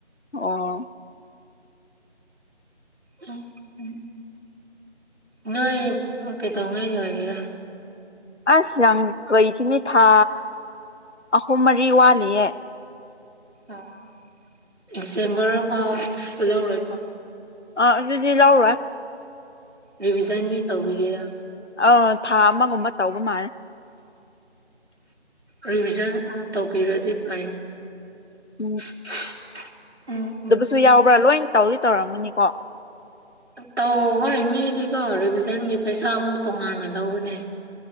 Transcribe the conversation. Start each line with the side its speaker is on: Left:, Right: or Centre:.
Left: ꯑꯣ
Right: ꯑꯣ ꯎꯝ ꯅꯣꯏ ꯀꯩꯗꯧꯉꯩ ꯂꯣꯏꯒꯦꯔꯥ
Left: ꯑꯁ ꯌꯥꯝ ꯂꯩꯈꯤꯅꯤ ꯊꯥ ꯑꯍꯨꯝ ꯃꯔꯤ ꯋꯥꯠꯂꯤꯌꯦ
Right: ꯑꯥ ꯗꯤꯁꯦꯝꯕꯔꯥꯎ ꯂꯧꯔꯣꯏꯀꯣ
Left: ꯑꯥ ꯑꯗꯨꯗꯤ ꯂꯧꯔꯣꯏ
Right: ꯔꯤꯚꯤꯖꯟꯒꯤ ꯇꯧꯕꯤꯒꯦꯔꯥ
Left: ꯑꯧ ꯊꯥ ꯑꯃꯒꯨꯝꯕ ꯇꯧꯕ ꯃꯥꯟ
Right: ꯔꯤꯚꯤꯖꯟ ꯑꯃꯨꯛ ꯇꯧꯕꯤꯔꯗꯤ ꯐꯩ
Left: ꯎꯝ
Right: <inaudible> ꯎꯝ
Left: ꯁꯨ ꯌꯥꯎꯕ꯭ꯔꯥ ꯂꯣꯏꯟ ꯇꯧꯗꯤ ꯇꯧꯔꯝꯒꯅꯤꯀꯣ
Right: ꯇꯧ ꯍꯣꯏ ꯃꯤꯅꯤꯀꯣ ꯔꯤꯚꯤꯖꯟꯒꯤ ꯄꯩꯁꯥꯃꯨꯛ ꯇꯣꯉꯥꯟꯅ ꯂꯧꯒꯅꯦ